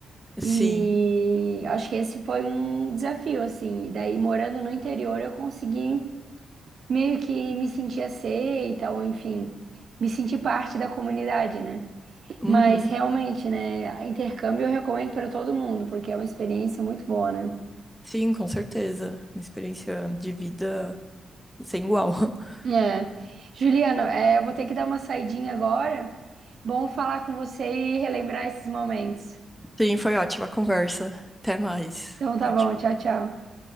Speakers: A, on the right; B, in the centre.
A: E
B: sim.
A: acho que esse foi um desafio, assim. E daí, morando no interior, eu consegui meio que me sentir aceita ou, enfim, me sentir parte da comunidade, né?
B: Uhum.
A: Mas realmente, né? Intercâmbio eu recomendo para todo mundo, porque é uma experiência muito boa, né?
B: Sim, com certeza. Uma experiência de vida sem igual. <laughs>
A: É. Juliana, é, eu vou ter que dar uma saidinha agora. Bom falar com você e relembrar esses momentos.
B: Sim, foi ótima a conversa. Até mais.
A: Então tá
B: Tchau,
A: bom,
B: tchau.
A: tchau, tchau.